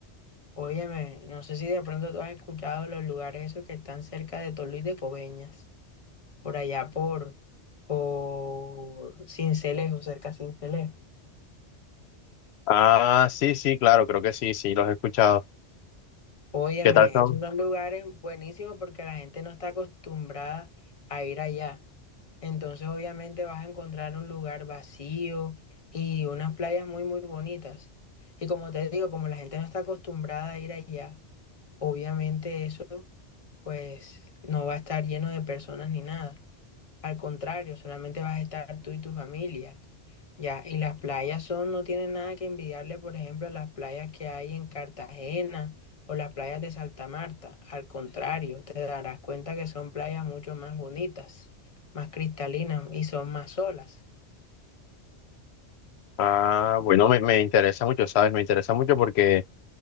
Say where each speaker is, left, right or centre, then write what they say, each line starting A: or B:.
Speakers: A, on the left (about 35°); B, on the left (about 70°).
A: Óyeme, no sé si de pronto tú has escuchado los lugares esos que están cerca de Tolú y de Coveñas, por allá por, por Cincelejo, cerca de Cincelejo.
B: Ah, sí, sí, claro, creo que sí, sí, los he escuchado.
A: Óyeme,
B: ¿Qué tal son?
A: esos son lugares buenísimos porque la gente no está acostumbrada a ir allá. Entonces obviamente vas a encontrar un lugar vacío y unas playas muy muy bonitas. Y como te digo, como la gente no está acostumbrada a ir allá, obviamente eso pues no va a estar lleno de personas ni nada. Al contrario, solamente vas a estar tú y tu familia. Ya, y las playas son, no tienen nada que envidiarle, por ejemplo, a las playas que hay en Cartagena o las playas de Santa Marta. Al contrario, te darás cuenta que son playas mucho más bonitas, más cristalinas y son más olas.
B: Ah, bueno, me, me interesa mucho, ¿sabes? Me interesa mucho porque